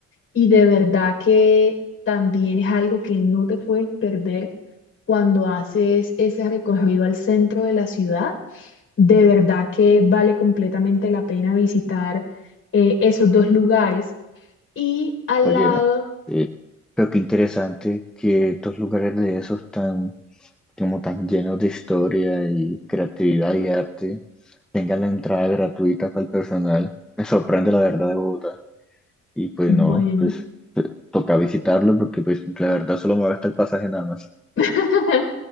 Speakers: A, on the left (about 50°); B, in the centre.
A: Y de verdad que también es algo que no te puedes perder cuando haces ese recorrido al centro de la ciudad. De verdad que vale completamente la pena visitar eh, esos dos lugares. Y al
B: oye,
A: lado,
B: eh, pero qué interesante que estos lugares de esos tan como tan llenos de historia y creatividad y arte, tengan la entrada gratuita para el personal. Me sorprende la verdad de Bogotá. Y pues
A: bueno.
B: no, pues eh, toca visitarlo porque pues la verdad solo me va el pasaje nada más.
A: <laughs>